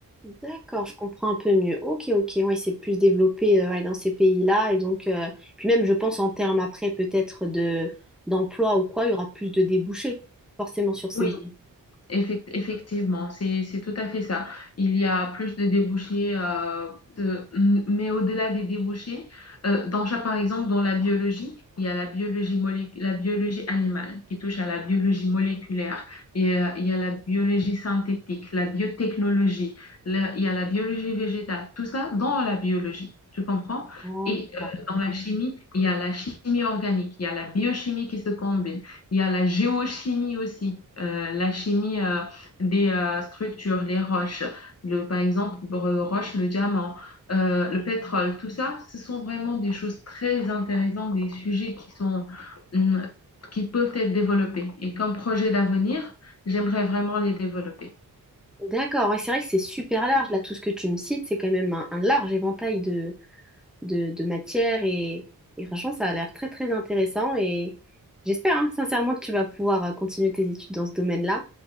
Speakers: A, in the centre; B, on the left (about 45°).
A: D'accord, je comprends un peu mieux. Ok, ok, ouais, c'est plus développé euh, ouais, dans ces pays-là. Et donc, euh, puis même, je pense en termes après peut-être de d'emploi ou quoi, il y aura plus de débouchés forcément sur ces.
B: Oui, Effec- Effectivement, c'est c'est tout à fait ça. Il y a plus de débouchés, euh, de, mais au-delà des débouchés, euh, dans chaque- par exemple, dans la biologie, il y a la biologie molé- la biologie animale qui touche à la biologie moléculaire, et euh, il y a la biologie synthétique, la biotechnologie, la- il y a la biologie végétale, tout ça dans la biologie, tu comprends?
A: Oh,
B: Et
A: d'accord.
B: euh, dans la chimie, il y a la chimie organique, il y a la biochimie qui se combine. Il y a la géochimie aussi, euh, la chimie euh, des euh, structures, les roches, le, par exemple, le roche, le diamant, euh, le pétrole, tout ça, ce sont vraiment des choses très intéressantes, des sujets qui sont, hum, qui peuvent être développés. Et comme projet d'avenir, j'aimerais vraiment les développer.
A: D'accord, ouais, c'est vrai que c'est super large. Là, tout ce que tu me cites, c'est quand même un, un large éventail de, de, de matières et, et franchement, ça a l'air très très intéressant et j'espère hein, sincèrement que tu vas pouvoir euh, continuer tes études dans ce domaine-là.